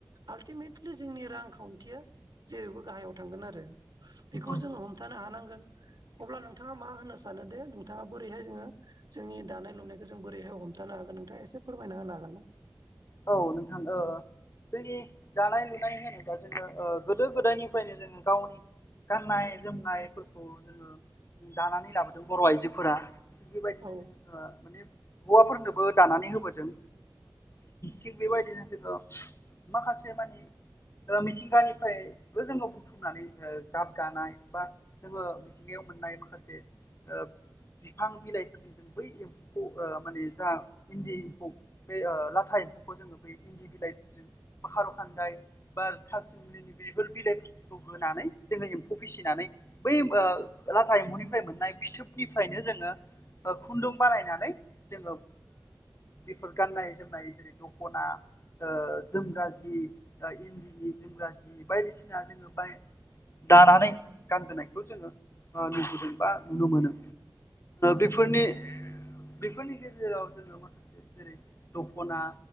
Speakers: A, on the right; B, on the left.
A: आल्टिमेटलि जोंनि रांखावथि या जेरैबो गाहायाव थांगोन आरो बेखौ
B: औ
A: जोङो हमथानो हानांगोन अब्ला नोंथाङा मा होनो सानो दे नोंथाङा बोरैहाय जोङो जोंनि दानाय लुनायखौ जों बोरैहाय थानो हागोन नोंथाङा एसे फोरमायना होनो हागोन ना
B: औ नोंथां ओ जोंनि दानाय लुनाय होनोबा जोङो गोदो ओ गोदायनिफ्रायनो जोङो गावनि गाननाय जोमनायफोरखौ जोङो दानानै लाबोदों बर' आइजोफोरा थिग बेबायदिनो
A: औ
B: जोङ माने हौवाफोरनोबो दानानै होबोदों थिग बेबायदिनो जोङो माखासे मानि मिथिंगानिफ्रायबो जोङो बुथुमनानै गाबगानाय बा जोङो मिथिंगायाव मोननाय माखासे ओ बिफां बिलाइफोरजों जों बै एम्फौखौ माने जा इन्दि एम्फौ बे ओ लाथा एम्फौखौ जोङो ब इन्दि बिलाइफोरजों ब खार' खान्दाय बा थासमनि बेफोर बिलाइफोर होनानै जोङो एम्फौ फिसिनानै बै ओ लाथा एम्फौनिफ्राय मोननाय फिथोबनिफ्रायनो <unintelligible> खुन्दुं बानायनानै जोङो बेफोर गान्नाय जोमनाय जेरै द खना जोमग्रााज जि इन्दिनि जोमग्रााजि बायदिसिना जोङो बाय दानानै गानजेनायखौ जोङो लुबोैदों बा नुनो मोनो।
A: औ
B: बेफोरनि बेफोरनि गेजेराव जोङो माखासे जेरै दखना